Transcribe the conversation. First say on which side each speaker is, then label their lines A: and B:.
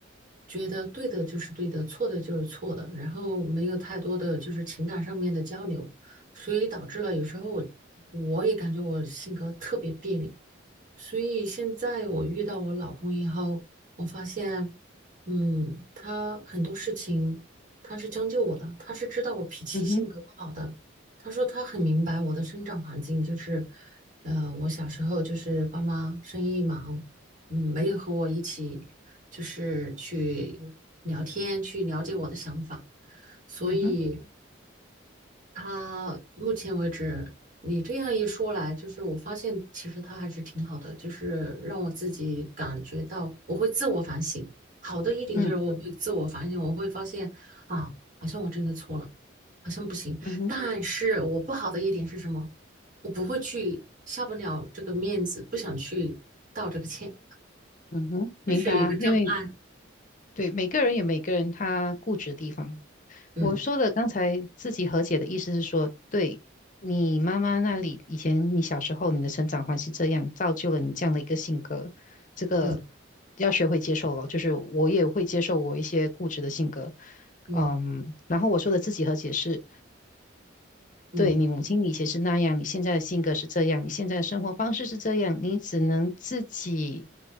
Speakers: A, on the right; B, on the left.
A: 觉得对的就是对的，错的就是错的，然后没有太多的就是情感上面的交流，所以导致了有时候我我也感觉我性格特别别扭。所以现在我遇到我老公以后，我发现，嗯，他很多事情他是将就我的，他是知道我脾气性格不好的。
B: 嗯哼，
A: 他说他很明白我的生长环境，就是，呃，我小时候就是爸妈生意忙，嗯，没有和我一起就是去聊天，去了解我的想法，所嗯以，
B: 嗯哼，
A: 他目前为止，你这样一说来，就是我发现其实他还是挺好的，就是让我自己感觉到我会自我反省。好的一点就是我会自我反省，
B: 嗯，
A: 我会发现啊，好像我真的错了，好像不行。
B: 嗯哼，
A: 但是我不好的一点是什么？我不会去下不了这个面子，不想去道这个歉，
B: 嗯哼，
A: 这是一个障碍。
B: 明白啊。因为对每个人有每个人他固执的地方。
A: 嗯
B: 我说的刚才自己和解的意思是说，对你妈妈那里，以前你小时候你的成长环境这样，造就了你这样的一个性格，这个
A: 嗯
B: 要学会接受了。就是我也会接受我一些固执的性格，
A: 嗯
B: 嗯，然后我说的自己和解是。
A: 嗯
B: 对你母亲以前是那样，你现在的性格是这样，你现在的生活方式是这样，你只能自己